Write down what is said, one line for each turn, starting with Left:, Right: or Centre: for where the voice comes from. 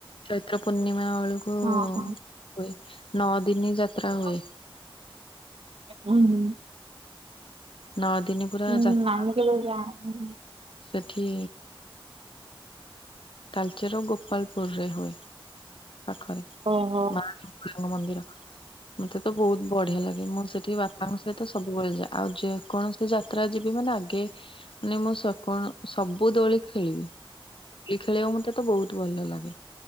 Left: ଚୈତ୍ର ପୂର୍ଣ୍ଣିମା ବେଳକୁ
Right: ହଁ
Left: ହୁଏ
Right: ହଁ
Left: ନଅ ଦିନି ଯାତ୍ରା ହୁଏ।
Right: ହଁ। ହୁଁ ହୁଁ।
Left: ନଅ ଦିନି। ପୁରା
Right: <unintelligible>
Left: ଯାତ୍ରା ସେଠି ତାଲଚେର ଗୋପାଳପୁରରେ ହୁଏ। ପାଖରେ
Right: ଓହୋ
Left: ମା ମାଙ୍କ ମନ୍ଦିର। ମତେ ତ ବହୁତ ବଢିଆ ଲାଗେ ମୁଁ ସେଠି ବାପାଙ୍କ ସହିତ ସବୁବେଳେଯାଏ ଆଉ ଯ କୌଣ ସେ ଯାତ୍ରା ଯିବି ମାନେ ଆଗେ ମାନେ ସ ମୁଁ କଣ ସବୁ ଦୋଳି ଖେଳିବି। ଖେଳିବା ମତେ ତ ବହୁତ ଭଲ ଲାଗେ।